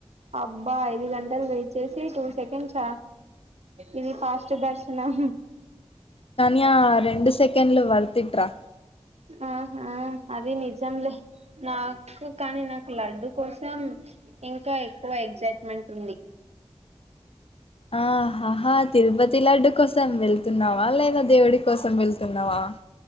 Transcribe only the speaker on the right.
అబ్బా ఐదు గంటలు వెయిట్ చేసి టూ సెకండ్సా ఇది ఫాస్ట్ దర్శనం
ఆహా అది నిజంలే నాకు కానీ నాకు లడ్డు కోసం ఇంకా ఎక్కువ ఎగ్జైట్మెంట్ ఉంది